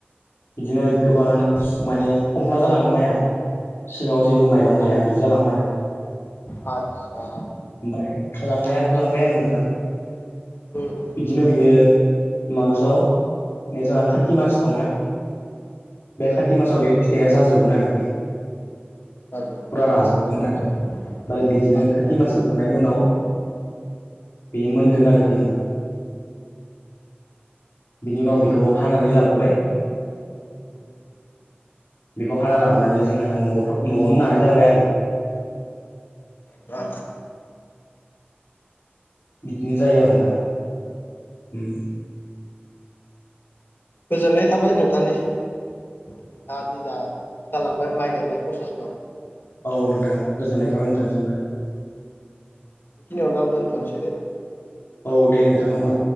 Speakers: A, on the left; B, on the left.
A: बिदिनो गोबाङानो माने खमफ्ला जालाङो माइआ सिङाव जेबो माइ गैया
B: अ
A: बिदि जालाङो आरो।
B: आदसा
A: ओमफ्राय थांलांनाया थालांबाय आरो नोंथां।
B: उम उम।
A: बिदिनो बियो मासआव जोंहा खााथि मास दंना? बे खाति मासाव बे फिथाइआ जाजोबगोन आरोखि
B: राजबो
A: फुरा राजोबगोन
B: आदसा आदसा
A: आरो, ओमफ्राय बिदिनो
B: राजों
A: खाथि
B: आरो
A: मासाव खांनायनि उनाव बेयो मोनगोन आरोखि नोंथां। बिनि उनाव बेखौ हानानै लाबोबाय
B: <inaudible>
A: बेखौ हाना लाबोनानै जोंहा न'आव' न'आवनो नानाय जाबाय आरो।
B: दा
A: बिदिनो जायो आरो नोंथां उम।
B: गोजोननाय थाबाय नोंथांनिसिम। नोंथाङादि जा खिथालांबाय माइ गायनाय प्रसेसखौ।
A: औ नोंथां गोजोननाय थाबाय नोंथांसिमबो।
B: बेखिनियावनो आं दोनथ'नोसै दे।
A: औ दे नोंथां होमबा।